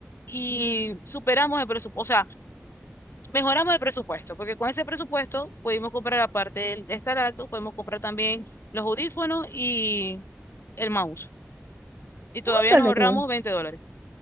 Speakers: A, on the left (about 65°); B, on the right (about 35°).
A: y superamos el presupuesto, Mejoramos el presupuesto, porque con ese presupuesto pudimos comprar, aparte del- de esta laptop, podemos comprar también los audífonos y el mouse. Y todavía
B: Ándale,
A: nos ahorramos
B: qué bien.
A: 20 dólares.